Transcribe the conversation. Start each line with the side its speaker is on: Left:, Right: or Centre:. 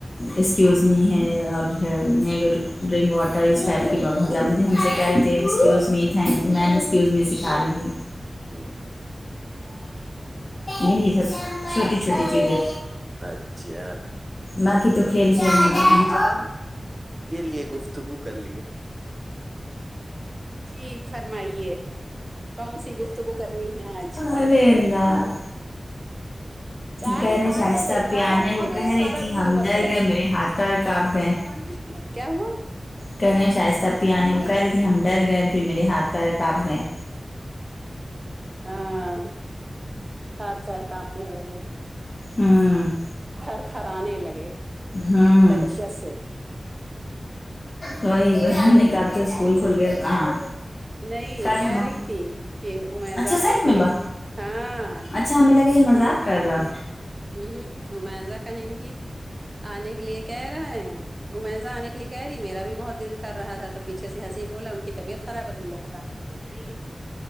Left: ایس کیوز می ہے اور جو ہے میگو ڈرنک واٹر اس ٹائپ کی بات ختم پھر ہم سے کہہ رہ تھے excuse me thank you ma'am excuse me سکھا رہی تھی
Right: امم
Left: یہی سب چھوٹی چھوٹی چیزیں
Right: اچھا
Left: باقی تو کھیل کھیل میں تو
Right: امی
Left: ہم-
Right: جان یہ لیے گفتگو کر لیے جی فرمائیے کون سی گفتگو کرنی ہے آج
Left: ارے اللہ
Right: چائے
Left: کہہ
Right: اٹھالو
Left: رہے شائستہ
Right: بیٹا
Left: پی آنے کو
Right: اورے
Left: کہہ
Right: یہ
Left: رہی
Right: سارا
Left: تھی
Right: دودھ
Left: ہم
Right: ابل
Left: ڈر
Right: گیا
Left: گئے میرے ہاتھ پیر کانپ گئے
Right: پانی کیا ہوا
Left: کہنے ہیں شائستہ آپی آنے کو کہہ رہی تھی ہم ڈر گئے پھر میرے ہاتھ پیر کانپ گئے
Right: ہاں ہاتھ پیر کانپنے لگے
Left: امم
Right: تھر تھرانے لگے
Left: ہاں
Right: دہشت سے
Left: وہی وہی نہیں کرتے اسکول کھل گیا اب کہا
Right: نہیں
Left: کل
Right: کہہ
Left: ہوما
Right: رہی تھی کہ عمیزہ
Left: اچھا
Right: آنے
Left: سچ
Right: کے
Left: میں
Right: لیے
Left: با
Right: ہاں
Left: اچھا ہمیں لگا یہ مذاق کر رہا
Right: امم رمیزہ کہے گی آنے کے لیے کہہ رہا ہیں رومیزہ آنے کے لیے کہہ رہی میرا بھی بہت دل کر رہ تھا تو پیچھے سے ہنسی بولا ان کی طبیعت خراب ہے تم لوگ کو آنے خود رہی ہے